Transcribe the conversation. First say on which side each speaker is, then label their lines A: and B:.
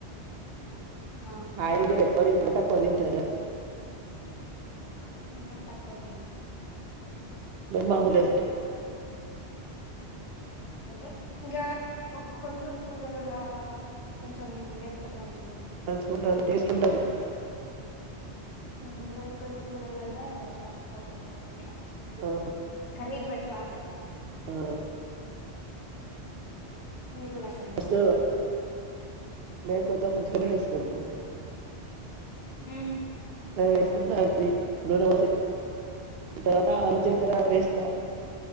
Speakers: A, on the left; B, on the right.
A: ఆ
B: ఆయుర్వేదక్ <unintelligible>
A: మేం తక్కువనే ఇంటం
B: <unintelligible>
A: అంటే ఇంగా కొన్ని కొన్ని కూరల కొంచెం లేకపోతే మంచి
B: మంచిగుండదు టేస్ట్ ఉండదు
A: ఊమ్ కొన్ని కొన్ని కూరలల్ల తక్కువ కొన్ని కొన్ని అట్లా
B: ఆ
A: కర్రీలు వెట్టి వాడతామండి
B: ఆ
A: మీరు కూడా అట్లనే
B: ఫస్ట్
A: చేసుకుంటారా
B: మే కొంచం మంచిగనే వేసుకుంటాం
A: ఊ
B: నేన్ వేస్కున్న అని నూనె వోసి అ తర్వాత ఆలు జిల్కర వేస్త